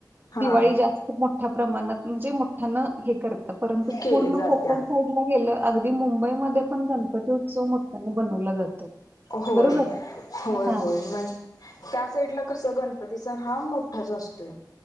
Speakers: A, on the left; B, on the right.
A: हा
B: दिवाळी जास्त मोठ्या प्रमाणात म्हणजे मोठ्या हे करत परंतु
A: केली
B: पूर्ण
A: जात्या
B: कोकण साईड गेलं अगदी मुंबईमध्ये पण गणपती उत्सव मोठ्याना बनवला जातोय.
A: होय
B: बरोबर आहे?
A: होय
B: हां.
A: होय म त्या साईड ला कस गणपती सन हा मोठाच असतोय.